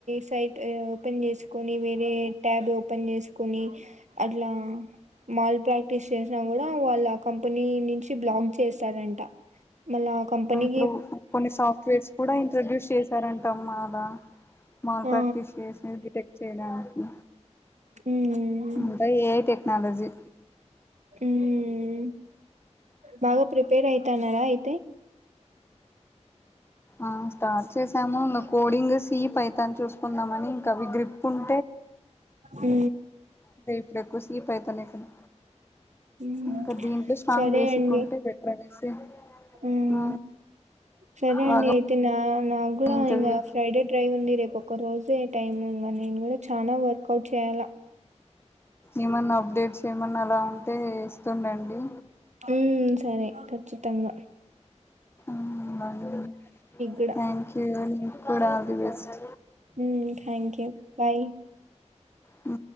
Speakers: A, on the right (about 75°); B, on the left (about 20°).
A: సైట్ ఓపెన్ చేసుకొని, వేరే ట్యాబ్ ఒ పన్ చేసుకొని, అట్లా మాల్ ప్రాక్టీస్ చేసినా కూడ, వాళ్ ఆ కంపెనీ నుంచి బ్లాక్ చేస్తారంట. మల్లా ఆ కంపనీ,
B: ఇప్పుడు కొన్ని సాఫ్ట్వేర్స్ కూడా ఇంట్రొడ్యూస్ చేశారంటమ్మా ఆడ. మాల్
A: ఆ
B: ప్రాక్టీస్ చేసి డిటెక్ట్ చేయడానికి.
A: మ్మ్
B: అంతా ఏఐ టెక్నాలజీ.
A: మ్ బాగ ప్రిపేర్ అయితాన్నారా అయితే?
B: ఆ స్టార్ట్ చేస్ ఏమన్న కోడింగు, సీ, పైథాన్ చూసుకుందామని, ఇంక అవి గ్రిప్ ఉన్
A: మ్
B: అదే ఇప్పుడు ఎక్కువ సి, పైథాన్ ఎ కదా!
A: మ్మ్
B: ఇంక దీంట్లో స్ట్రాంగ్
A: సరే
B: బేసిక్
A: అండి
B: ఉంటే బెటర్ అనేసి,
A: మ్మ్
B: ఆ
A: సరే
B: బాగా
A: అండి అయితే నా నాక్ కూడ
B: ఇంటర్వ్యూకి
A: ఇంకా ఫ్రైడే డ్రైవ్ ఉంది. రేపు ఒక్క రోజే టైమ్. ఇంక నేను కూడా చాన వర్క్ కౌట్ చేయాల.
B: ఏమన్నా అప్డేట్స్ ఏమన్నా అలా ఉంటే ఇస్తుండండి
A: ఉమ్ సరే కచ్చితంగ.
B: మ్ బాగు
A: కూడా
B: థ్యాంక్ యు. మీకు కూడ all the best.
A: Hmm thank you. Bye.
B: ఆ